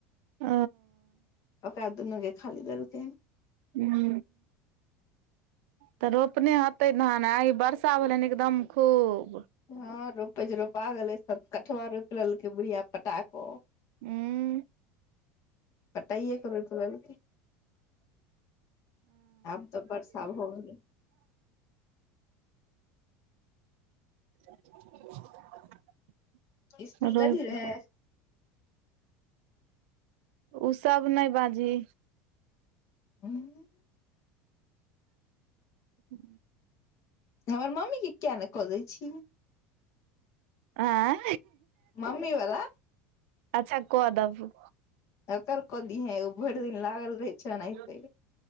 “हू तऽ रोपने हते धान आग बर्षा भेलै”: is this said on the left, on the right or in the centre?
Right